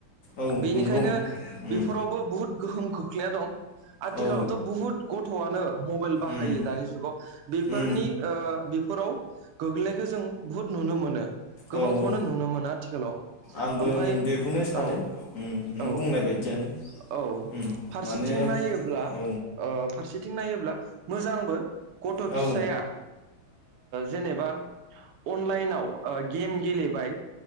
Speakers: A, on the left; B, on the right.
A: औ
B: बेनिखायनो
A: नंगौ उम
B: बेफोरावबो बहुद गोहोम खोख्लैया दं। आथिखालावथ'
A: औ
B: बुहुद गथ'आनो मबाइल बाहायो
A: उम
B: दानि जुगाव बेफोरनि
A: उम
B: ओ बेफोराव गोग्लैनायखौ जों बुहुत नुनो मोनो। गोबांखौनो
A: औ औ
B: नुनो मोनो आथिखालाव
A: आंबो
B: ओमफ्राय
A: बेखौनो सानो
B: औ
A: उम नों
B: औ।
A: <inaudible>
B: औ
A: उम
B: फारसेथिं
A: माने
B: नायोब्ला
A: औ
B: ओ फारसेथि नायोब्ला मोजांबो गथ'
A: औ
B: फिसाया जेनेबा। अनलाइनाव गेम गेलेबाय